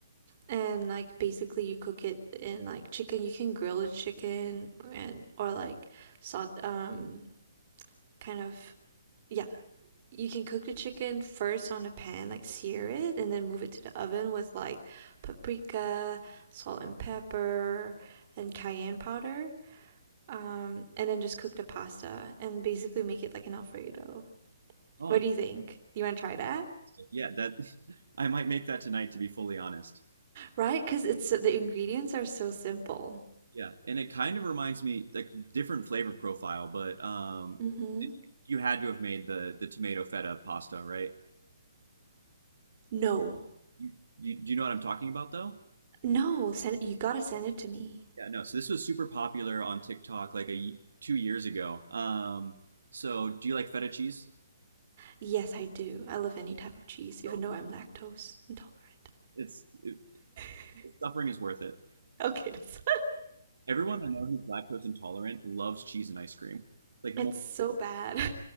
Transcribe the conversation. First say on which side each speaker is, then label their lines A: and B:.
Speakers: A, on the right (about 25°); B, on the right (about 75°).
A: And like basically you cook it in like chicken. You can grill the chicken and or like salt, um, kind of yeah, you can cook the chicken first on a pan, like sear it, and then move it to the oven with like paprika, salt and pepper, and cayenne powder. Um, and then just cook the pasta and basically make it like an Alfredo.
B: Oh,
A: What do you think? You want to try that?
B: fantastic. yeah, that <laughs> I might make that tonight, to be fully honest.
A: Right? Because it's so- the ingredients are so simple.
B: Yeah, and it kind of reminds me like different flavor profile, but um,
A: Mm-hmm.
B: you had to have made the the tomato feta pasta, right?
A: No,
B: You, you do you know what I'm talking about though?
A: no, send it, you gotta send it to me.
B: Yeah, no. So this was super popular on TikTok like a y- two years ago. Um, so do you like feta cheese?
A: Yes, I do. I love any type of cheese,
B: No.
A: even though I'm lactose intolerant.
B: It's it,
A: <laughs>
B: suffering is worth it.
A: Okay, that's
B: Everyone I know who's lactose intolerant loves cheese and ice cream. Like
A: It's
B: more,
A: so bad. <laughs>